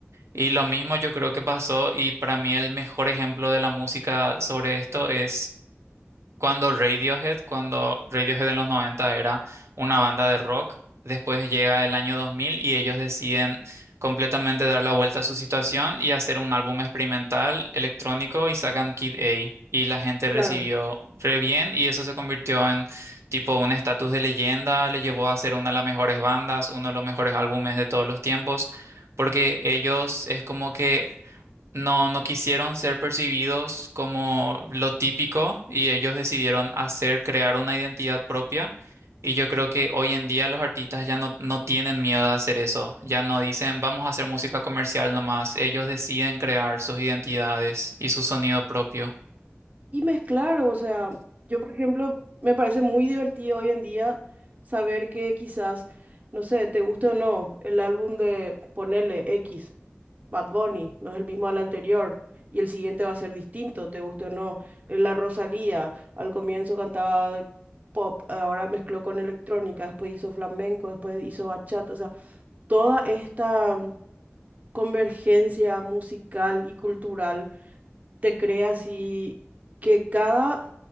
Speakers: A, on the right; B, on the right.
A: Y lo mismo yo creo que pasó y para mí el mejor ejemplo de la música sobre esto es cuando Radiohead, cuando Radiohead en los 90 era una banda de rock, después llega el año 2000 y ellos deciden completamente dar la vuelta a su situación y hacer un álbum experimental electrónico y sacan Kid A y la gente recibió
B: Claro.
A: re bien y eso se convirtió en tipo un estatus de leyenda, le llevó a ser una de las mejores bandas, uno de los mejores álbumes de todos los tiempos. Porque ellos es como que no, no quisieron ser percibidos como lo típico y ellos decidieron hacer, crear una identidad propia. Y yo creo que hoy en día los artistas ya no, no tienen miedo de hacer eso. Ya no dicen, vamos a hacer música comercial nomás. Ellos deciden crear sus identidades y su sonido propio.
B: Y mezclar, o sea, yo por ejemplo, me parece muy divertido hoy en día saber que quizás, no sé, te guste o no, el álbum de Ponele X, Bad Bunny, no es el mismo al anterior, y el siguiente va a ser distinto, te guste o no. La Rosalía, al comienzo cantaba pop, ahora mezcló con electrónica, después hizo flamenco, después hizo bachata, o sea, toda esta convergencia musical y cultural te creas y que cada